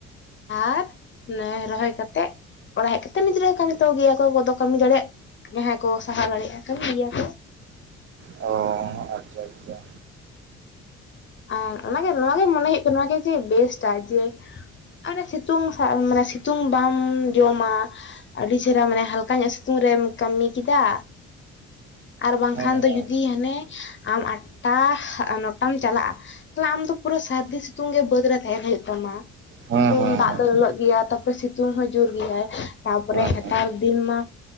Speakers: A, on the left; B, on the right.
A: ᱟᱨ ᱚᱱᱮ ᱨᱚᱦᱚᱭ ᱠᱟᱛᱮᱜ, ᱚᱲᱟᱜ ᱦᱮᱡ ᱠᱟᱛᱮᱜ ᱱᱤᱡᱨᱮᱨᱟᱜ ᱠᱟᱹᱢᱤ ᱛᱟᱠᱚ ᱜᱮᱭᱟ ᱠᱚ ᱚᱠᱚᱭ ᱠᱚᱣᱟᱜ ᱫᱚ ᱠᱟᱹᱢᱤ ᱫᱟᱲᱮ ᱭᱟᱜ ᱡᱟᱸᱦᱟᱭ ᱠᱚ ᱥᱟᱦᱟᱣ ᱫᱟᱲᱮᱜᱼᱟ ᱠᱟᱹᱢᱤ ᱜᱮᱭᱟ ᱠᱚ᱾
B: ᱚ ᱟᱪᱪᱷᱟ ᱟᱪᱪᱷᱟ᱾
A: ᱟᱨ ᱚᱱᱟᱜᱮ ᱱᱚᱣᱟᱜᱮ ᱢᱚᱱᱮ ᱦᱩᱭᱩᱜ ᱠᱟᱱᱟ ᱱᱚᱣᱟᱜᱮ ᱡᱮ ᱵᱮᱥᱴᱟ ᱡᱮᱼᱼ ᱢᱟᱱᱮ ᱥᱤᱛᱩᱝ ᱥᱟ ᱢᱟᱱᱮ ᱥᱤᱛᱩᱝ ᱵᱟᱢ ᱡᱚᱢᱟ᱾ ᱟᱰᱤ ᱪᱮᱦᱨᱟ ᱢᱟᱱᱮ ᱦᱟᱞᱠᱟ ᱧᱚᱜ ᱥᱤᱸᱛᱩᱝ ᱨᱮᱢ ᱠᱟᱢᱤ ᱠᱮᱫᱟ ᱟᱨ ᱵᱟᱝᱠᱷᱟᱱ
B: ᱦᱮᱸ ᱦᱮᱸ
A: ᱫᱚ ᱡᱩᱫᱤ ᱦᱟᱱᱮ ᱟᱢ ᱟᱴᱴᱟ ᱱᱚᱴᱟᱢ ᱪᱟᱞᱟᱜᱼᱟ ᱛᱟᱦᱞᱮ ᱟᱢ ᱫᱚ ᱯᱩᱨᱟᱹ ᱥᱟᱨᱫᱤ ᱥᱤᱛᱩᱝ ᱜᱮ ᱵᱟᱹᱫᱽ ᱨᱮ ᱛᱟᱦᱮᱱ ᱦᱩᱭᱩᱜ ᱛᱟᱢᱟ
B: ᱦᱮᱸ
A: ᱛᱚ
B: ᱦᱮᱸ
A: ᱫᱟᱜ
B: ᱦᱮᱸ
A: ᱫᱚ ᱞᱚᱞᱚᱜ ᱜᱮᱭᱟ ᱛᱟᱯᱚᱨ ᱥᱤᱸᱛᱩᱝ ᱦᱚᱸᱭ ᱡᱳᱨ ᱜᱮᱭᱟᱭ ᱛᱟᱯᱚᱨᱮ
B: ᱦᱮᱸ
A: ᱱᱮᱛᱟᱨ ᱫᱤᱱ ᱢᱟᱼᱼ